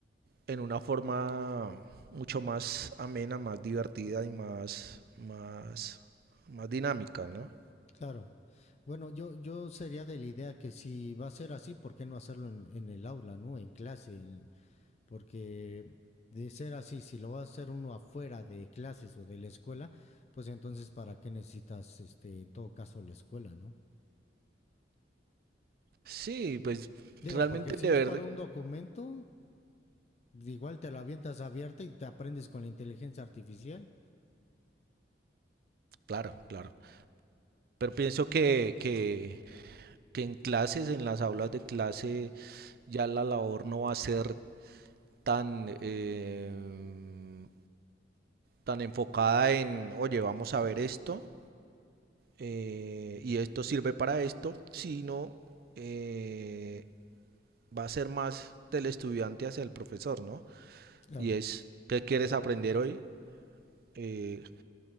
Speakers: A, on the right; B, on the left.
A: en una forma mucho más amena, más divertida y más, más, más dinámica, ¿no?
B: Claro. Bueno, yo, yo sería de la idea que si va a ser así, ¿por qué no hacerlo en, en el aula, ¿no? En clase, porque de ser así, si lo va a hacer uno afuera de clases o de la escuela, pues entonces para qué necesitas, este, en todo caso, la escuela, ¿no?
A: Sí, pues
B: Digo,
A: realmente
B: porque si
A: el deber,
B: es para un documento, igual te la avientas abierta y te aprendes con la inteligencia artificial.
A: claro, claro. Pero pienso que, que, que en clases, en las aulas de clase, ya la labor no va a ser tan, eh, tan enfocada en, oye, vamos a ver esto eh, y esto sirve para esto, sino eh, va a ser más del estudiante hacia el profesor, ¿no?
B: Claro.
A: Y es, ¿qué quieres aprender hoy? Eh,